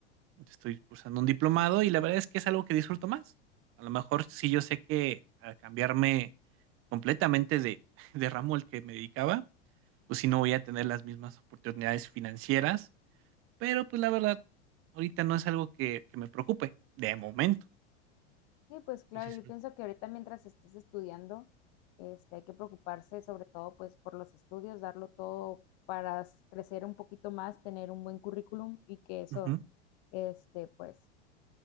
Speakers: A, on the right; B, on the left.
A: Entonces, Estoy cursando un diplomado y la verdad es que es algo que disfruto más. A lo mejor sí yo sé que al cambiarme completamente de, <laughs> de ramo al que me dedicaba, pues sí no voy a tener las mismas oportunidades financieras pero pues la verdad, ahorita no es algo que, que me preocupe, de momento.
B: Sí, pues claro,
A: Pues sí, sí.
B: yo pienso que ahorita mientras estés estudiando, este, hay que preocuparse sobre todo pues por los estudios, darlo todo para s- crecer un poquito más, tener un buen currículum y que eso,
A: Ujú,
B: este, pues